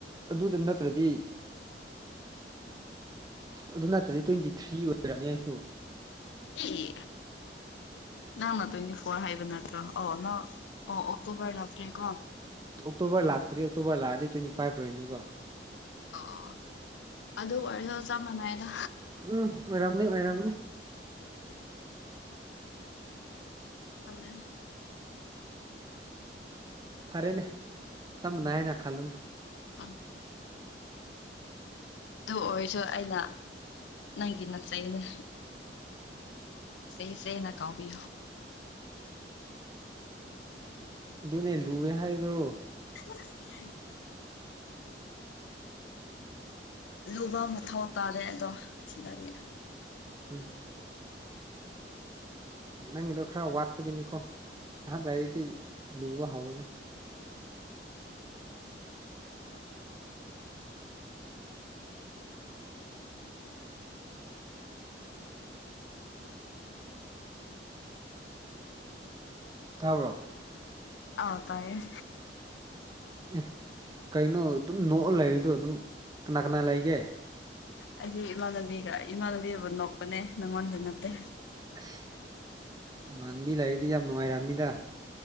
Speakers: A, on the right (about 20°); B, on the left (about 85°).
A: ꯑꯗꯨꯗ ꯅꯠꯇ꯭ꯔꯗꯤ ꯑꯗꯨ ꯅꯠꯇ꯭ꯔꯗꯤ ꯇ꯭ꯋꯦꯟꯇꯤ ꯊ꯭ꯔꯤ ꯑꯣꯏꯔꯅꯤ ꯑꯩꯁꯨ
B: ꯑꯦ ꯅꯪ ꯅ ꯇ꯭ꯋꯦꯟꯇꯤ ꯐꯣꯔ ꯍꯥꯏꯕ ꯅꯠꯇ꯭ꯔꯣ ꯑꯣ ꯅꯪ ꯑꯣ ꯑꯣꯛꯇꯣꯕꯔ ꯂꯇ꯭ꯔꯦꯀꯣ
A: ꯑꯣꯛꯇꯣꯕꯔ ꯂꯥꯛꯇ꯭ꯔꯤ ꯑꯣꯛꯇꯣꯕꯔ ꯂꯥꯛꯑꯗꯤ ꯇ꯭ꯋꯦꯟꯇꯤ ꯐꯥꯏꯚ ꯑꯣꯏꯅꯤꯕ
B: ꯑꯣ ꯑꯗꯨ ꯑꯣꯏꯔꯁꯨ ꯆꯞ ꯃꯥꯟꯅꯏꯗ
A: ꯎꯝ ꯑꯣꯏꯔꯝꯅꯤ ꯑꯣꯏꯔꯝꯅꯤ
B: ꯎꯝꯅ
A: ꯈꯔꯦꯅꯦ ꯇꯝꯅꯅ ꯈꯂꯨ
B: ꯎꯝ ꯑꯗꯨ ꯑꯣꯏꯔꯁꯨ ꯑꯩꯅ ꯅꯪꯒꯤ ꯅꯠꯆꯩꯅꯦ ꯁ ꯁꯦꯅ ꯀꯥꯎꯕꯤ
A: ꯑꯗꯨꯅꯦ ꯂꯨꯑꯦ ꯍꯥꯏꯗꯣ
B: <unintelligible> ꯂꯨꯕ ꯑꯃꯊꯧ ꯇꯥꯔꯦ ꯑꯗꯣ ꯁꯤꯗꯗꯤ
A: ꯎꯝ ꯅꯪꯒꯤꯗꯣ ꯈꯔ ꯋꯥꯠꯄꯒꯤꯅꯤꯀꯣ ꯑꯍꯥꯛ ꯂꯩꯔꯤꯗꯤ ꯂꯨꯕ ꯍꯧꯔꯅꯤ ꯇꯥꯕ꯭ꯔꯣ
B: ꯍꯥꯎ ꯇꯥꯏꯌꯦꯦ
A: ꯑꯦ ꯀꯩꯅꯣ ꯑꯗꯨꯝ ꯅꯣꯛꯑ ꯂꯩꯔꯤꯗꯣ ꯑꯗꯨꯝ ꯀꯅꯥ ꯀꯅꯥ ꯂꯩꯒꯦ
B: ꯑꯩꯗꯤ ꯏꯃꯥꯟꯅꯕꯤꯒ ꯏꯃꯥꯟꯅꯕꯤꯕꯨ ꯅꯣꯛꯄꯅꯦ ꯅꯪꯉꯣꯟꯗ ꯅꯠꯇꯦ
A: ꯑꯁ ꯃꯥꯟꯕꯤ ꯂꯩꯔꯤꯗꯤ ꯌꯥꯝ ꯅꯨꯡꯉꯥꯏꯔꯑꯝꯅꯤꯗ